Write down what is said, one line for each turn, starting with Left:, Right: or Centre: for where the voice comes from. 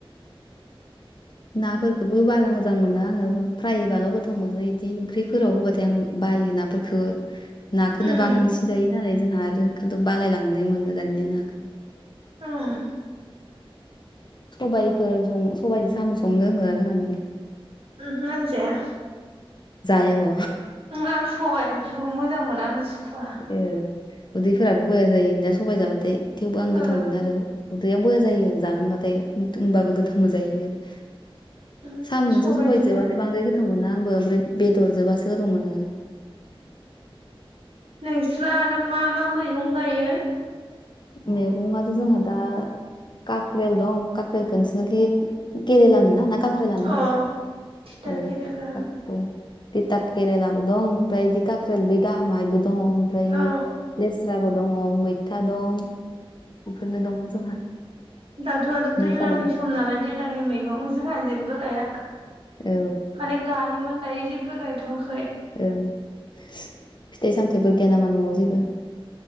Left: नाफोरखौबो बारा मोजां मोनो आंङो फ्रायबाल' गोथाव मोनो इदि ओंख्रिफोराव होबाथाय आं बायो नाफोरफोरखौ नाखौनो
Right: उम
Left: बांसिन जायो नालाय जोंहा आरो खिन्थु बालायलांनाय मोनो दानिया नाखौनो
Right: होम
Left: सबायफोर सबायजों साम' संनो रोंङोआ रोङा नोंलाय
Right: ओमहो आं जाया
Left: जायाब'
Right: आं सबायाइ ओंख्रिखौ मोजां मोना आं सुखुवा
Left: ए उदैफोराबो बया जायो ना सबाय जाबाथाय थेवबो आं गोथाव
Right: ओ
Left: मोनो आरो उदैया बया जायो जाहांबाथाय होमबाबो गोथाव मोनजायो आरो
Right: उम
Left: साम'जों
Right: सबाइ
Left: सबायजोबथाय
Right: जाया
Left: बांद्राय गोथाव मोनो आंबो ओमफ्राय बेदरजोबासो गोथाव मोनो
Right: नोंस्रा आरो मा मा मैगं गायो।
Left: मैगंयाथ' जोंहा दा कक्रेल दं कक्रेलखौसोरनोखि केरेेल ना मा काख्रेल लानो होनो
Right: अ थिथा
Left: औ
Right: केरेला
Left: काख्रेल दिता केरेलाबो दं ओमफ्राय दिटा केरेल बै गाहामायबो दंङो ओमफ्रायो
Right: औ
Left: ल फुजाबो दंङो मैथा दं बेफोरनो दं जोंहा
Right: दाथ' आरो
Left: नोंसालाय
Right: दैलांनि सम नालाय दैज्लांनि मैगं जोंहा जेबो जेबो गाया
Left: औ
Right: माने गायोमोन दायो जेबो गायथ'वाखै
Left: ओं फिथाइ सामथायाइफोर गैया नामा न'आव जेबो